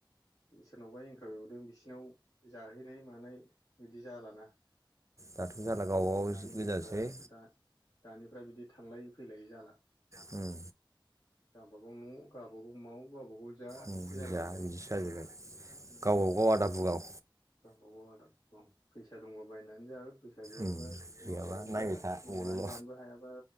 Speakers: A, on the left; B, on the right.
A: सोरनावबा एंक्राव एवदों बिसिनाव जाहैनाय मानाय बिदि जालाना।
B: दाथ' जाला गावबागाव
A: दानि
B: गोजानासै।
A: मानसिफ्रा दा दानिफ्रा बिदि थांलायै फैलायै जाला।
B: उम।
A: गावबागाव न', गावबागाव माव, गावबा गाव जा जा
B: उम
A: सो जाबाय
B: जा
A: नालाय
B: बिदिसो जाजोब्बाय
A: उम
B: गावबागाव आदा बुगाव
A: गावबागाव आदा बुगाव फै सा दंबा बायनानै जागोन फैसा गैयाबा
B: उम गैयाबा
A: मावनान
B: नायबाय
A: जा
B: था
A: मावनान
B: मबाइल ल'
A: जानोबो हायाबा